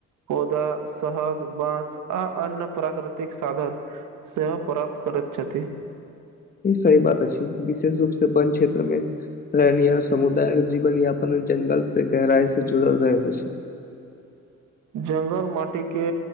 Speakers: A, on the right; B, on the left.
A: पौधा, सहद, बाँस आ अन्य प्राकृतिक साधन। सेहो प्राप्त करैत छथि।
B: ई सही बात अछि विशेष रूपसे वन क्षेत्रमे। रहनिया समुदाय जीवन यापन जंगलसे गहराईसे जुड़ल रहैत अछि।
A: जंगल माटीके